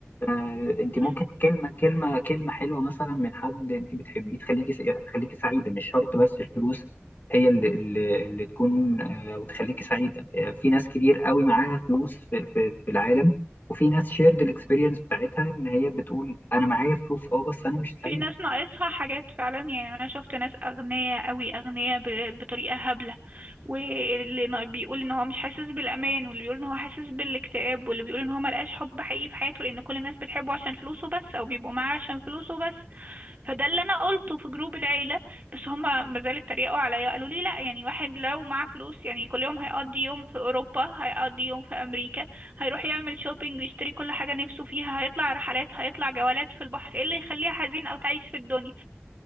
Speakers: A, on the left; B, on the right.
A: آه، انت
B: مم.
A: ممكن كلمه كلمه كلمه حلوه مثلا من حد انت بتحبيه تخليكي س- تخليكي سعيده مش شرط بس الفلوس هي اللي اللي, اللي تكون آه، وتخليكي سعيده آه، في ناس كتير قوي معاها فلوس في, في, في العالم وفي ناس شيرد الاكسبيرينس بتاعتها ان هي بتقول انا معايا فلوس اه بس انا مش
B: في
A: سعيد
B: ناس ناقصها حاجات فعلا يعني انا شفت ناس اغنياء قوي اغنياء ب- بطريقه هبله واللي نا- بيقول ان هو مش حاسس بالامان واللي بيقول ان هو حاسس بالاكتئاب واللي بيقول ان هو ملقاش حب حقيقي في حياته لان كل الناس بتحبه عشان فلوسه بس او بيبقوا معاه عشان فلوسه بس فده اللي انا قلته في جروب العيله بس هما ما زالوا اتريقوا عليا قالوا لي لا يعني واحد لو معاه فلوس يعني كل يوم هيقضي يوم في اوروبا هيقضي يوم في امريكا هيروح يعمل شوبينج ويشتري كل حاجه نفسه فيها هيطلع رحلات هيطلع جولات في البحر ايه اللي يخليه حزين او تعيس في الدنيا